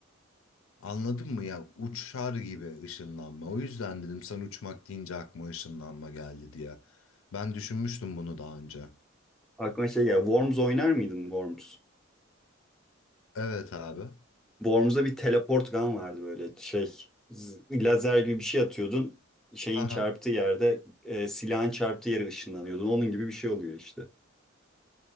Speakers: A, on the left (about 75°); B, in the centre.
A: Anladın mı ya? Uçar gibi ışınlanma. O yüzden dedim sen uçmak deyince aklıma ışınlanma geldi diye. Ben düşünmüştüm bunu daha önce.
B: Aklıma şey geldi. Worms oynar mıydın Worms?
A: Evet abi.
B: Worms'da bir teleport gun vardı böyle şey. z- Lazer gibi bir şey atıyordun. Şeyin
A: Aha.
B: çarptığı yerde e, silahın çarptığı yere ışınlanıyordun. Onun gibi bir şey oluyor işte.